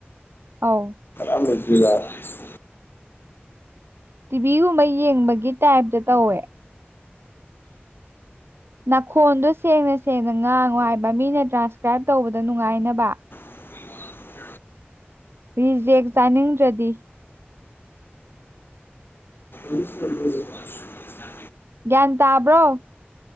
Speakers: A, on the right; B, on the left.
A: ꯑꯥꯎ
B: <unintelligible>
A: ꯇꯤꯚꯤꯒꯨꯝꯕ ꯌꯦꯡꯕꯒꯤ ꯇꯥꯏꯞꯇ ꯇꯧꯋꯦ ꯅꯥꯈꯣꯟꯗꯣ ꯁꯦꯡꯅ ꯁꯦꯡꯅ ꯉꯥꯡꯉꯣ ꯍꯥꯏꯕ ꯃꯤꯅ ꯇ꯭ꯔꯥꯟꯁꯀ꯭ꯔꯥꯏꯞ ꯇꯧꯕꯗ ꯅꯨꯡꯉꯥꯏꯅꯕ
B: ꯎ
A: ꯔꯤꯖꯦꯛ ꯆꯥꯅꯤꯡꯗ꯭ꯔꯗꯤ
B: <inaudible>
A: ꯒꯌ꯭ꯥꯟ ꯇꯥꯕ꯭ꯔꯣ